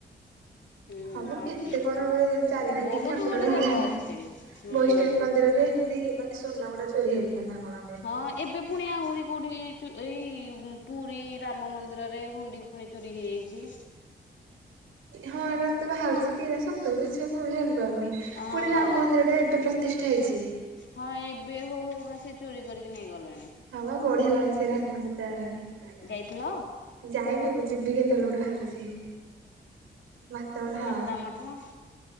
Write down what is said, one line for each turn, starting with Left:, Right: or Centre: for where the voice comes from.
Left: ହୁଁ।
Right: ହଁ ମ କେତେ
Left: ଅଛି
Right: କଣ <unintelligible> ଚାରିଆଡେ
Left: ବହୁତ
Right: ଖାଲି ଠାକୁର
Left: ଗୁଡେ
Right: ରହିଲେଣି,
Left: ଜାଗା ଅଛି ହୁଁ।
Right: ବୈଷ୍ଣବୀ ମନ୍ଦିରରେ ସେ ମାନେ ସୁନା ଗୁଡା ଚୋରି ହେଇଥିଲା ନା କଣ ଏବେ?
Left: ଅଁ ଏବେ ପୁଣି ଆହୁରି କୋଉଠି, ଏଇ ପୁରୀ ରାମ ମନ୍ଦିରରେ ହୁଣ୍ଡି ପୁଣି ଚୋରି ହେଇଯାଇଛି।
Right: ହଁ ଏଟା ତ ବାହାରୁଚି କି ଏଟା ସତ କି ମିଛ? ମୁଁ ଜାଣି ପାରୁନି,
Left: ହଁ।
Right: ପୁଣି ରାମ ମନ୍ଦିରଟା ଏବେ ପ୍ରତିଷ୍ଠା ହେଇଛି।
Left: ହଁ ଏବେ ହଉ ହଉକା ସେ ଚୋରି କରିକି ନେଇ ଗଲେଣି।
Right: ହଁ ବା ବଢିଆ ଲାଗୁଛି ରାମ ମନ୍ଦିର ଟା
Left: ଯାଇଥିଲ
Right: ଯାଇନି ମୁଁ ଯିବି କେତେବେଳେ ଗୋଟେ ଭାବିଛି। ମାତଣ ହଁ
Left: ମାତା ମଠ ହଁ